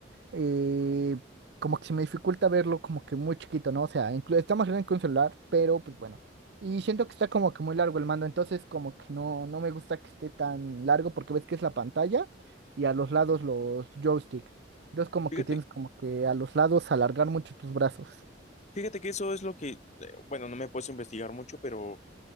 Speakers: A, on the right (about 60°); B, on the left (about 40°).
A: eh, como que se me dificulta verlo como que muy chiquito, ¿no? O sea, inclu- está más grande que un celular, pero pues bueno. Y siento que está como que muy largo el mando, entonces como que no, no me gusta que esté tan largo porque ves que es la pantalla y a los lados los joysticks. Entonces como
B: Fíjate,
A: que tienes como que a los lados alargar mucho tus brazos.
B: fíjate que eso es lo que, eh, bueno, no me he puesto a investigar mucho, pero